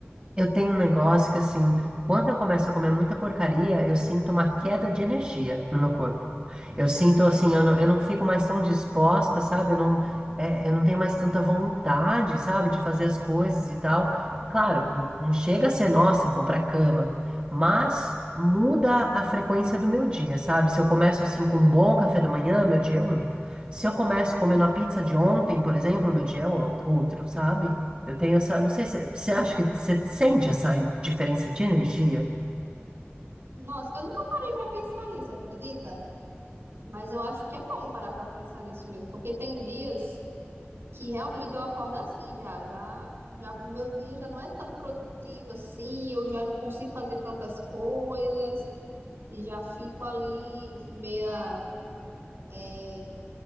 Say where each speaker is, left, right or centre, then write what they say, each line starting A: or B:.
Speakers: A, on the right; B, on the right.
A: Eu tenho um negócio que, assim, quando eu começo a comer muita porcaria, eu sinto uma queda de energia no meu corpo. Eu sinto, assim, eu não, eu não fico mais tão disposta, sabe? Eu não, é, eu não tenho mais tanta vontade, sabe, de fazer as coisas e tal. Claro, não, não chega a ser, nossa, eu vou pra cama, mas muda a frequência do meu dia, sabe? Se eu começo, assim, com um bom café da manhã, meu dia é um. Se eu começo comendo a pizza de ontem, por exemplo, meu dia é ont- outro, sabe? Eu tenho essa. Não sei se você acha que você sente essa diferença de energia.
B: Nossa, eu nunca parei pra pensar nisso, acredita? Mas eu acho que é bom parar pra pensar nisso mesmo, porque tem dias que realmente eu acordo assim já, já, já, o meu dia já não é tão produtivo assim, eu já não consigo fazer tantas coisas e já fico ali meia é,